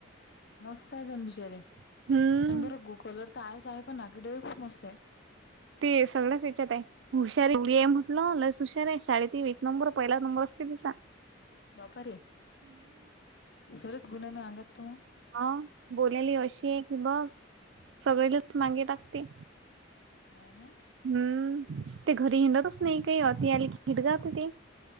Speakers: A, on the left; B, on the right.
A: मस्त आहे पण बिचारी
B: हम्म
A: आणि बरं गू कलर तर आहेच आहे पण नाकी डोळे खूप मस्त आहे.
B: ते सगळंच हेच्यात आहे हुशारी केवडी आहे
A: हाव
B: म्हटलं लईच हुशार आहे शाळेत ही
A: हाव
B: एक नंबर पहिला नंबरस कीती सा
A: बापारे सरच गुण आहे ना अंगात म.
B: हा बोलायले अशी आहे की बस सगळेलच मांगे टाकते.
A: हा ना.
B: हम्म ते घरी हिंडतच नाय काय वाती आले की हिडगावते ते.